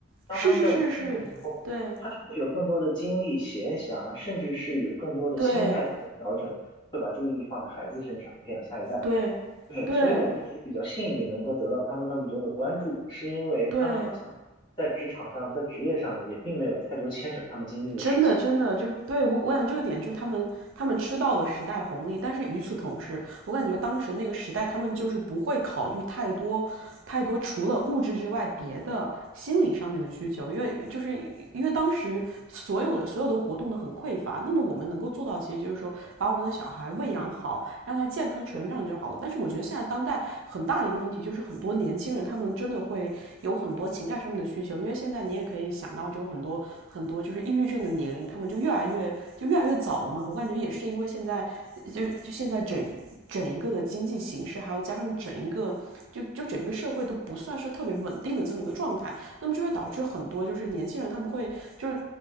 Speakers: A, on the left; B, on the right.
A: 当他们在稳定的时候，
B: 是是是是，对
A: 他就会有更多的精力、闲暇，甚至是有更多的心态上的调整，
B: 对
A: 会把注意力放在孩子身上，培养下一代。
B: 对对
A: 对，所以我们也比较幸运，能够得到他们那么多的关注，是因为他们好像在职场上、
B: 对
A: 在职业上也并没有太多牵扯他们经历的事情。
B: 真的，真的，就是对我，我感觉这个点就是他们，他们吃到了时代红利，但是与此同时，我感觉当时那个时代，他们就是不会考虑太多，太多除了物质之外别的心理上面的需求，因为就是因为当时所有的所有的活动都很匮乏，那么我们能够做到，其实就是说把我们的小孩喂养好，让他健康成长就好了。
A: 对，
B: 但是我觉得现在当代很大的一个问题就是，很多年轻人他们真的会有很多情感上面的需求，因为现在你也可以想到，就很多很多就是抑郁症的年龄，他们就越来越就越来越早了嘛。我感觉也是因为现在就就现在整整一个的经济形势，还有加上整一个就就整个社会都不算是特别稳定的这么一个状态，那么就会导致很多就是年轻人他们会就是
A: 没错。